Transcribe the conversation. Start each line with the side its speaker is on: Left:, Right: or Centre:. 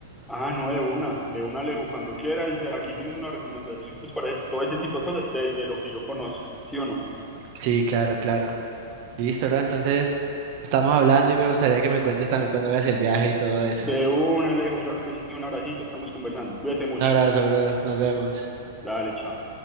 Centre: Ah, no, de una, de una, Alejo. Cuando quieras, ya aquí tienes una recomendación pues para todo ese tipo de cosas, de, de lo que yo conozco, ¿sí o no?
Right: Sí, claro, claro. Listo, bro, entonces estamos hablando y me gustaría que me cuentes también cuando hagas el viaje y todo eso.
Centre: De una, Alejo, claro que sí, un abracito, estamos conversando. Cuídate mucho.
Right: Un abrazo, bro, nos vemos.
Centre: Dale, chao.